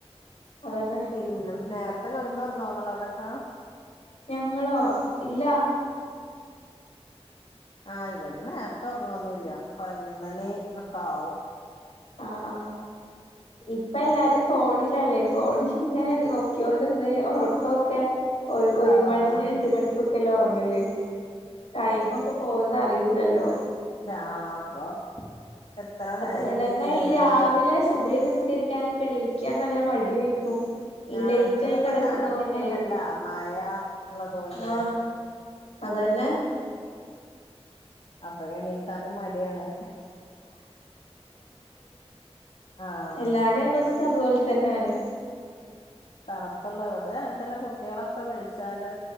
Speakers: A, on the left (about 75°); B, on the left (about 55°).
A: അതന്നെ
B: പിന്നെ നേരത്തെ കെടന്ന് ഇറങ്ങും ങ്ങ അവിടൊക്കാ?
A: ഞങ്ങളോ ഇല്ല.
B: ആഹ ഇവിടി നേരത്തെ ഉറങ്ങൊന്നുംല്ല പയ്നോനുമണി ഒകെ ആവും
A: ആ് ആഹ ഇപ്പ എല്ലാരും ഫോണിലല്ലേ ഫോണിൽ ഇങ്ങനെ നോക്കിയൊണ്ട ഇന്ന് ഉറക്കമൊക്കെ ഒരു
B: ആഹ്
A: മണി രണ്ട മണിക്കൊക്കെല്ലാം ഉറ അങ്ങല്ലേ ടൈമ ഒക്കെ പോവന്ന് അറിയൂ ല്ലല്ലോ
B: അത അപ്പൊ എത്ര
A: അതുകൊണ്ട
B: നേരം
A: തന്നെ
B: വൈകിയായാലും
A: ഈ രാവിലെ
B: കിടക്ക
A: സുബഹി നിസ്കരിക്കാനൊക്കെ എണീക്കാൻ നല്ല മടി വെക്കും ഈ
B: ആഹ്
A: ലൈറ്റായി
B: ഇക്കുടെ ഇപ്പ
A: കിടക്കുന്ന
B: തണുപ്പുണ്ടല്ല
A: കൊണ്ടേ
B: മഴ ഉള്ളതുകൊണ്ട്
A: ആഹ അതന്നെ
B: അപ്പൊ എണീക്കാനും മടിയാണ്. ആഹ്
A: എല്ലാരേ അവസ്ഥ അതുപോലെ തന്നെയാണ്.
B: തണുപ്പുള്ള ഇവിട അങ്ങനത്തന്നെ കുട്ടികളൊക്കെ വിളിച്ചാല്